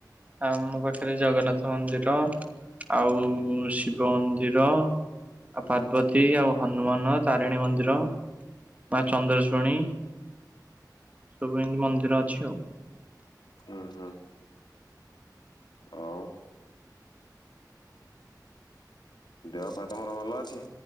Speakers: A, on the right; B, on the left.
A: ଆମ ପାଖରେ ଜଗନ୍ନାଥ ମନ୍ଦିର ଆଉ ଶିବ ମନ୍ଦିର
B: ହୁଁ
A: ଆ ପାର୍ବତୀ
B: ହୁଁ
A: ଆଉ ହନୁମାନ ତାରିଣୀ ମନ୍ଦିର ମା ଚନ୍ଦ୍ରା ଶୁଣି <inaudible> ସବୁ ଏମିତି ମନ୍ଦିର ଅଛି ଆଉ।
B: ହୁଁ ହୁଁ। ଆଉ ଦେହ ପା ତମର ଭଲ ଅଛି?